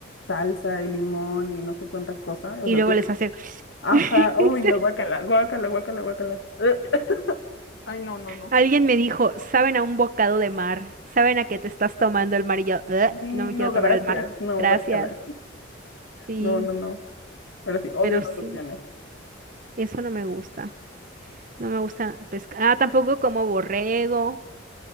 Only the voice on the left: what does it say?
salsa y limón y no sé cuánta cosa.
O sea,
tiene-
Ajá,
uy, no, guacala, guacala, guacala, guacala. <laughs> Ay, no, no, no.
Mm,
No, gracias,
no,
guacala.
No, no, no. Pero sí, odio
las
opciones.